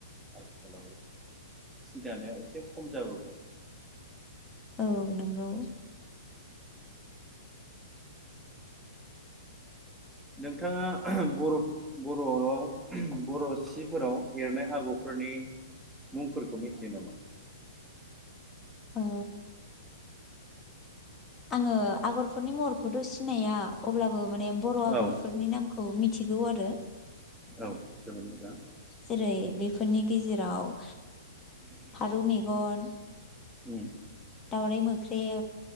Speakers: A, in the centre; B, on the left.
A: आथिखालाव सिदानाया एसे खम जाबोबाय।
B: औ नोंगौ
A: नोंथाङा बर बरआव बर सिफोराव एरनाय आगरफोरनि मुंफोरखौ मिथियो नामा?
B: ओ आङो आगरफोरनि महरखौथ सिनाया अब्लाबो। माने बर आगरफोरनि
A: औ
B: नामखौ मिथि गौ आरो
A: औ जोबोद मोजां।
B: जेरै बेफोरनि गेजेराव फारौ मेगन
A: उम
B: दाावराइ मोख्रे